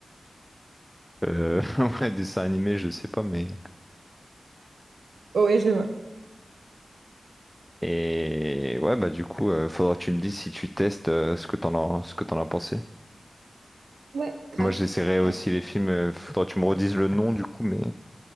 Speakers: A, in the centre; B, on the right.
A: Euh, <laughs> ouais, dessins animés, je sais pas, mais.
B: Oh, ouais, je vois.
A: Et ouais, bah, du coup, euh, faudra que tu me dises si tu testes euh, ce que t'en as, ce que t'en as pensé.
B: Ouais, grave.
A: Moi, j'essaierai aussi
B: Grave.
A: les films. euh, faudra que tu me redises le nom, du coup, mais.